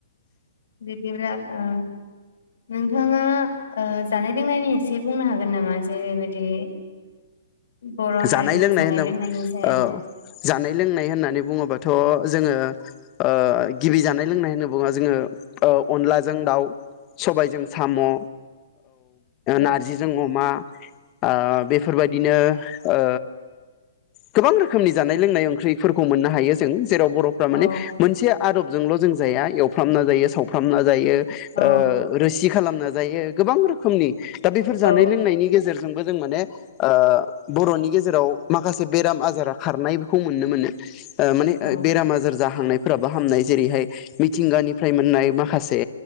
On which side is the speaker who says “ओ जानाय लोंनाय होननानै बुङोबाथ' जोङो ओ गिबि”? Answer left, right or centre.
Left